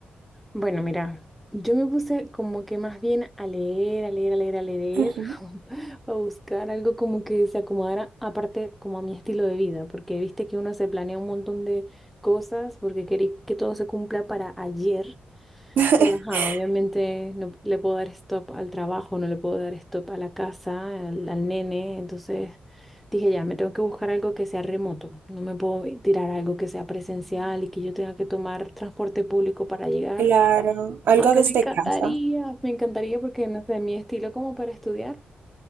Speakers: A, in the centre; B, on the right.
A: Bueno, mira, yo me puse como que más bien a leer, a leer, a leer, a leer,
B: Ujú.
A: <laughs> a buscar algo como que se acomodara, aparte como a mi estilo de vida, porque viste que uno se planea un montón de cosas porque quiere que todo se cumpla para ayer,
B: <laughs>
A: pero ajá, obviamente no le puedo dar stop al trabajo, no le puedo dar stop a la casa, al, al nene, entonces dije ya, me tengo que buscar algo que sea remoto, no me puedo tirar a algo que sea presencial y que yo tenga que tomar transporte público para llegar.
B: Claro, algo
A: Aunque
B: desde
A: me encantaría,
B: casa.
A: me encantaría porque no sé, mi estilo como para estudiar